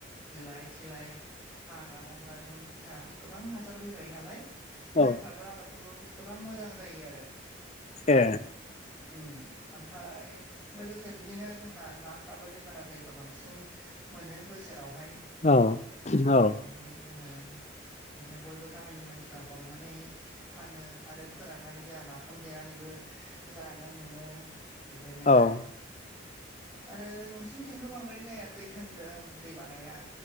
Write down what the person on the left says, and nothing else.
औ
ए
औ औ औ
<inaudible>
औ
औ